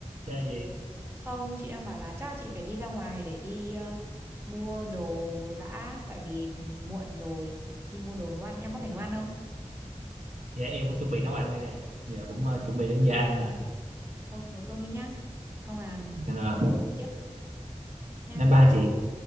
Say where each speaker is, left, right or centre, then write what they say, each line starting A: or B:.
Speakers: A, on the right; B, on the right.
A: thế gì
B: không chị đang bảo là chắc là chị phải đi ra ngoài để đi ờ, mua đồ đã tại vì ừ, muộn rồi đi mua đồ nấu ăn em có phải nấu ăn không
A: dạ em cũng chuẩn bị nấu ăn đây nè giờ cũng ờ, chuẩn bị đến giờ ăn rồi
B: thôi nấu cơm đi nhá không à
A: nên là
B: không mua tiếp nha
A: bye
B: bye
A: bye
B: bye
A: chị